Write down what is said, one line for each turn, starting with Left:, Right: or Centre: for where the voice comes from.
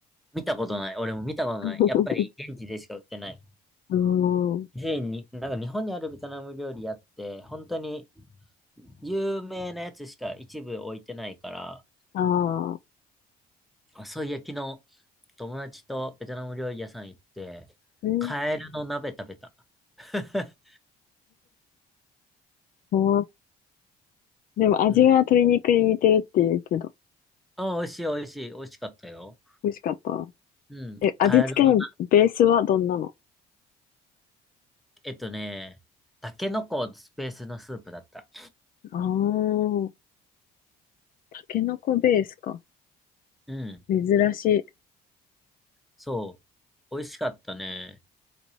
Centre: 見たことない。俺も見たことない。
Left: <laughs>
Centre: やっぱり現地でしか売ってない。
Left: うん。
Centre: スに、なんか日本にあるベトナム料理屋って、本当に有名なやつしか一部置いてないから、
Left: ああ。
Centre: あ、そういや、昨日友達とベトナム料理屋さん行って、
Left: えー、
Centre: カエルの鍋食べた。<laughs>
Left: 怖っでも味は鶏肉に似てるって言うけど、
Centre: うん。あ、美味しい美味しい。美味しかったよ。
Left: 美味しかった。
Centre: うん。
Left: え、味付けのベースはどんなの
Centre: カエルのえっとね、タケノコスペースのスープだった。
Left: ああ、タケノコベースか。
Centre: うん。
Left: 珍し
Centre: そう。美味しかったね。